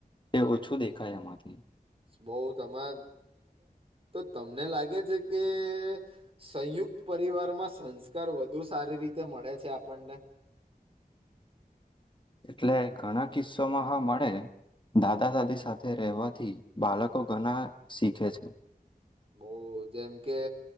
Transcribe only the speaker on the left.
તે ઓછું દેખાય એમાંથી.
એટલે ઘણા કિસ્સાોમાં હા મળે દાદા દાદી સાથે રહેવાથી બાળકો ઘણા શીખે છે.